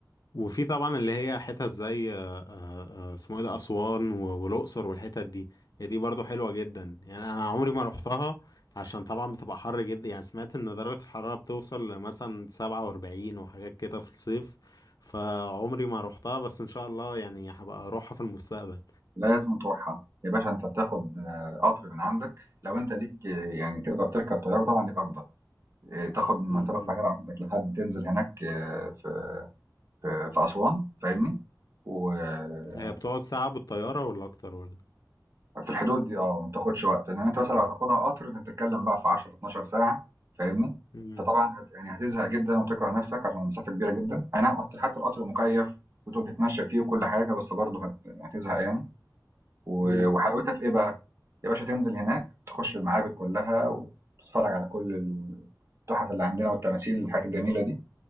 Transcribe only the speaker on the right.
لازم تروحها يا باشا انت بتاخد آه، قطر من عندك لو انت ليك آه، يعني تقدر تركب طيارة طبعا يبقى افضل آه، تاخد من
منطقة القاهرة
عندك لحد تنزل هناك آه، في في في اسوان فاهمني وفي
الحدود دي اه ما بتاخدش وقت انما انت
مثلا لو هتاخدها قطر انت بتتكلم بقى في 10 12 ساعة فاهمني
فطبعا هت يعني هتزهق جدا وتكره نفسك عشان المسافة كبيرة جدا اي نعم حتى القطر مكيف وتقوم تتمشى فيه وكل حاجة بس برضه هت- هتزهق يعني و
وحلاوتها في إيه بقى؟ يا باشا تنزل هناك تخش المعابد كلّها وتتفرّج على كل ال التُحَف اللي عندنا والتماثيل والحاجات الجميلة دي،